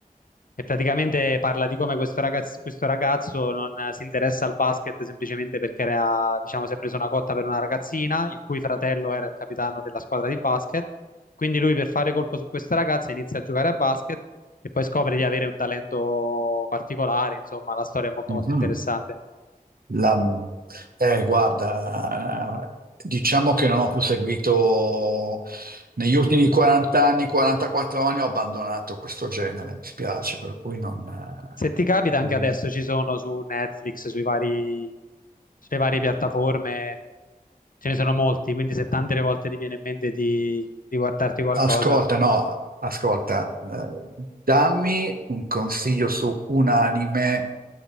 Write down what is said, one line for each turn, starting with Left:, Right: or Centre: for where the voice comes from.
Left: E praticamente parla di come questo ragazzo, questo ragazzo non si interessa al basket semplicemente perché era, diciamo, si è preso una cotta per una ragazzina, il cui fratello era il capitano della squadra di basket. Quindi lui per fare colpo su questa ragazza inizia a giocare a basket e poi scopre di avere un talento particolare. Insomma, la storia è molto
Right: mhm.
Left: molto interessante.
Right: La- eh, guarda, eh, diciamo che non ho più seguito negli ultimi 40 anni, 44 anni, ho abbandonato questo genere, mi spiace, per cui non, eh,
Left: Se ti capita, anche
Right: non-
Left: adesso ci sono su Netflix, sui vari, sulle varie piattaforme, ce ne sono molti, quindi se tante le volte ti viene in mente di di guardarti qualcosa.
Right: Ascolta, no, ascolta, eh, dammi un consiglio su un anime